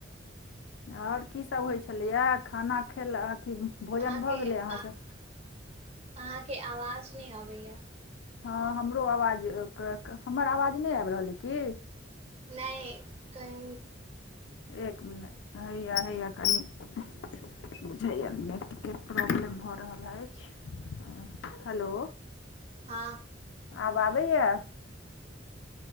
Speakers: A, on the left; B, on the right.
A: और की सब होय छेलैए खाना खलए अथी। भोजन
B: अहाँके
A: भऽ गेलै
B: आ-अहाँके
A: अहाँसँ
B: अवाज नै अबैया।
A: हँ हमरो अवाज क-क हमर अवाज नै आइब रहल अइ की।
B: नै कही।
A: एक मिनट हइया- हइया कनि। बुझैया नेटके प्रॉब्लम भऽ रहल अइछ। हँ हेलो।
B: हँ।
A: आब आबैया।